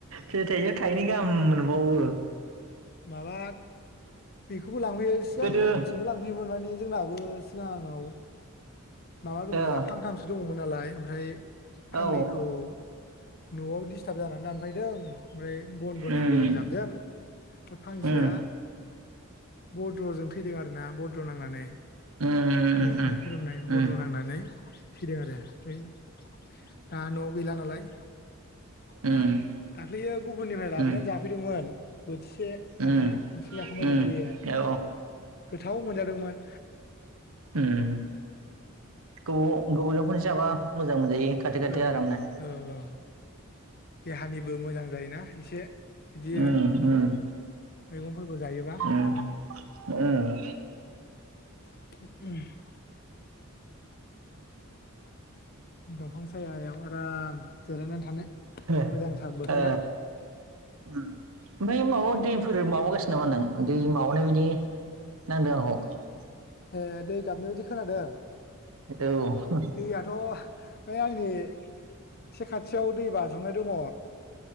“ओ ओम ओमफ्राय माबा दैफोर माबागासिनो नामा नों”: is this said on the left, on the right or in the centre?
Right